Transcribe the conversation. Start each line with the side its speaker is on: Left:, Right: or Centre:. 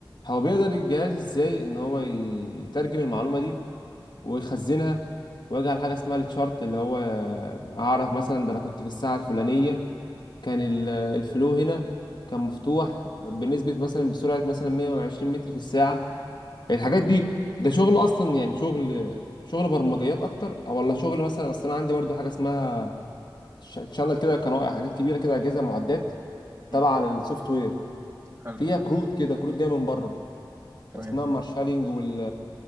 Left: هو بيقدر الجهاز ازاي ان هو يترجم المعلومه دي ويخزنها ويجعل حاجه اسمها التشارت اللي هو اعرف مثلا ده انا كنت في الساعه الفلانيه كان ال- الفلو هنا كان مفتوح بنسبة مثلا بسرعة مثلا 120 متر في الساعة الحاجات دي ده شغل أصلا يعني شغل شغل برمجيات أكتر أو ولا شغل مثلا أصل أنا عندي برضو حاجة اسمها تشانل كده قناة حاجات كبيرة كده أجهزة معدات
Right: مم،
Left: تبع للسوفت وير
Right: حلو
Left: فيها كروت كده كروت جاية من بره
Right: تمام
Left: اسمها مارشالينج وال